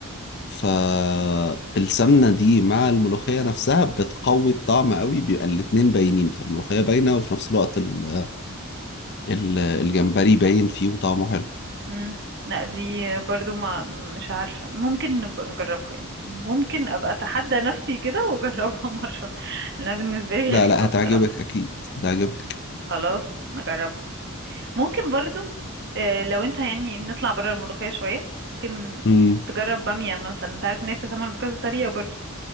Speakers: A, on the left; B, on the right.
A: فالسمنة دي مع الملوخية نفسها بتقوي الطعم قوي بيبقى الاتنين باينين بتبقى الملوخية باينة وفي نفس الوقت ال- ال- الجمبري باين فيه وطعمه حلو
B: امم لا دي برضو ما مش عارفة ممكن نبقى نجربها يعني ممكن ابقى اتحدى نفسي كده واجربها <laughs> مرة لانها بالنسبة لي
A: لا
B: غريبة
A: لا
B: بصراحة
A: هتعجبك أكيد هتعجبك
B: خلاص نجربها ممكن برضو آه، لو انت يعني نطلع بره الملوخية شوية ممكن
A: مم.
B: تجرب بامية مثلا انت عارف ان هي بتتعمل بكذا طريقة برضو